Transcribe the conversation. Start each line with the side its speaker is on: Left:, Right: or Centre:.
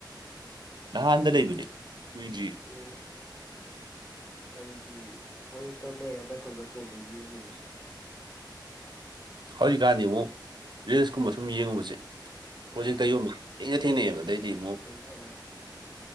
Right: ꯅꯍꯥꯟꯗ ꯂꯩꯕꯅꯦ ꯀꯨꯏꯗ꯭ꯔꯤ
Left: ꯑꯣ ꯑꯩꯗꯤ ꯃꯣꯏ ꯍꯦꯛꯇ ꯂꯩꯔ ꯅꯇꯣꯞꯝ ꯇꯣꯞꯇ ꯌꯦꯡꯈꯤꯕꯥ ꯁꯤꯅꯤꯗ
Right: ꯍꯧꯖꯤꯛꯀꯥꯟꯗꯤ ꯑꯃꯨꯛ ꯔꯤꯜꯁꯀꯨꯝꯕ ꯁꯨꯝ ꯌꯦꯡꯉꯨꯕꯁꯦ ꯄ꯭ꯔꯣꯖꯦꯛꯇ
Left: ꯑꯥ
Right: ꯌꯣꯟꯕꯁꯦ ꯊꯦꯡꯅ ꯊꯦꯡꯅꯩꯌꯦꯕ ꯑꯗꯨꯗꯤꯃꯨꯛ
Left: ꯊꯦꯡꯅ ꯑꯥ